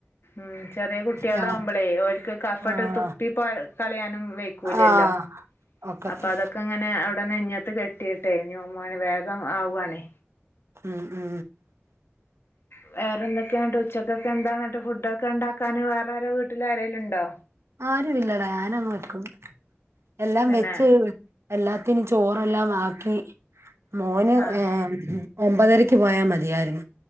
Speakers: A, on the left; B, on the right.
A: മ് ചെറിയ കുട്ടികള്
B: ഞാൻ
A: ആവുമ്പോള് ഓല്ക്ക് കഫം
B: ആഹ്
A: ഇങ്ങട്ട് തുപ്പി പോ കളയാനും വൈ യ്കൂല്ലല്ലോ
B: ആഹ് ഒക്കത്ത്
A: അപ്പൊ അതൊക്കെങ്ങനെ ടെ നെഞ കെട്ടിയിട്ട് ന്യൂമോണിയ വേഗം ആവാണ്
B: മ് മ്
A: വേറെ എന്തൊക്കെ യാന്നിട്ട് ഉച്ചക്കാലത്തേ എന്താ ഫുഡൊക്കെ എന്താ ക്കാൻ വേറെ ആരോ വീട്ടില് വീട്ടിലാരെലും ഉണ്ടോ
B: ആരും ഇല്ലടാ ഞാനങ്ങ് വെക്കും എല്ലാം
A: തന്നെ
B: വെച്ചു- എല്ലാത്തിനും ചോറെല്ലാം ആക്കി മോന്
A: ആഹ്
B: ഹേ ഒമ്പതരക്ക്- ക്ക് പോയാൽ മതിയായിരുന്നു